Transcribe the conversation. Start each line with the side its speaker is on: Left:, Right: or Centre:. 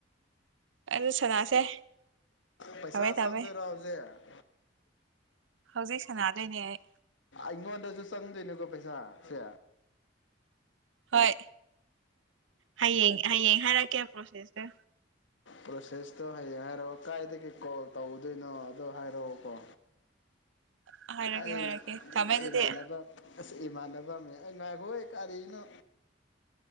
Right: ꯑꯗꯨ ꯁꯅꯥꯁꯦ
Left: ꯄꯩꯁꯥ
Right: ꯊꯝꯃꯦ ꯊꯝꯃꯦ
Left: ꯆꯪꯗꯣꯏꯔꯣ ꯍꯧꯖꯤꯛ
Right: ꯍꯧꯖꯤꯛ ꯁꯅꯥꯗꯣꯏꯅꯦ ꯑꯩ
Left: ꯏꯉꯣꯅꯗꯁꯨ ꯆꯪꯗꯣꯏꯅꯦꯀꯣ ꯄꯩꯁꯥ ꯁꯦ
Right: ꯍꯣꯏ ꯍꯌꯦꯡ ꯍꯌꯦꯡ ꯍꯥꯏꯔꯛꯀꯦ ꯂꯣꯏꯁꯤꯜꯂꯁꯦ
Left: ꯄ꯭ꯔꯣꯁꯦꯁꯇꯣ ꯍꯌꯦꯡ ꯍꯥꯏꯔꯛꯑꯣ ꯀꯗꯥꯥꯏꯗꯒꯤ ꯀꯣꯜ ꯇꯧꯗꯣꯏꯅꯣ ꯑꯗꯣ ꯍꯥꯏꯔꯛꯑꯣꯀꯣ
Right: ꯍꯥꯏꯔꯛꯀꯦ
Left: ꯑꯩ
Right: ꯍꯥꯏꯔꯛꯀꯦ ꯊꯝꯃꯦ ꯑꯗꯨꯗꯤ
Left: ꯏꯃꯥꯟꯅꯕ ꯏꯃꯥꯟꯅꯕ <unintelligible> ꯉꯏꯈꯣꯍꯦ ꯀꯔꯤꯅ